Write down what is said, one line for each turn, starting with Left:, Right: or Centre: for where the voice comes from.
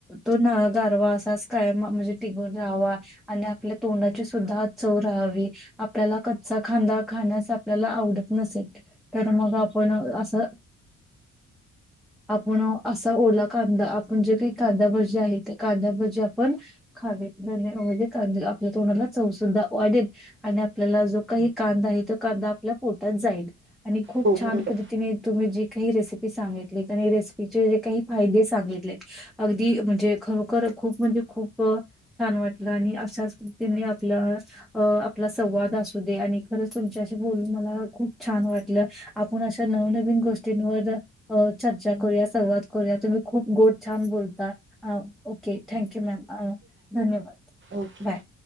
Centre: तो न गारवा असाच काय म्हणजे टिघून राहावा आणि आपल्या तोंडाची सुद्धा चव रा आपल्याला कचा खांदा खाण्यास आपल्याला आवडत नसेल तर मग आप अस आपण असा ओला कांदा आपण जे काही कांदा भाजी आहे ते कांदा भाजी आपण खावे म्हजे कांदे आपल्या तोणाला चवसुद्धा वाढेल आणि आपल्याला जो काही कांदा त कांदा आपल्या पोटात जाईल आणि खूप
Right: हो
Centre: छान
Right: बरोबर
Centre: पद्धतीनी तुम्ही जे काही रेसीपी सांगा रेसिपीेचे काही फायदे सांगितले अगदी म्हणजे खरोखर खूप म्हणजे खूप छान वाट आणि अश पतीने आपला आपला संवाद असू दे आणि खरच तुमच्याशी बोलून मला खूप छान वाटलं आपण अशा नवनवीन गोष्टींवर अ चर्चा करूया संवाद करूया तुम्ही खूप गोड छान बोलता. ओके थँक्यू मॅम धन्यवाद
Right: ओके.
Centre: बाय.